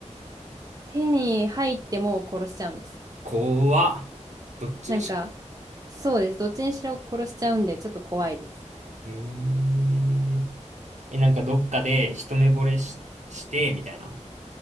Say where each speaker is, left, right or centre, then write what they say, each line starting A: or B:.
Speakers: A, on the right; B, on the right.
A: 手に入っても殺しちゃうんです。
B: 怖っ。どっちにしろ
A: なんかそうです。どっちにしろ殺しちゃうんでちょっと怖いです。
B: えー、え、なんかどっかで一目惚れし、して、みたいな。